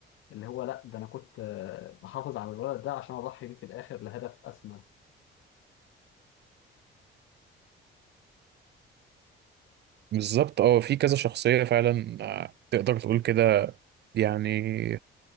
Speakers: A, on the left; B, on the right.
A: اللي هو لا ده انا كنت آه، بحافظ على الولد ده عشان اضحي بيه في الاخر لهدف اسمى
B: بالظبط أه في كذا شخصية فعلا آه، تقدر تقول كده يعني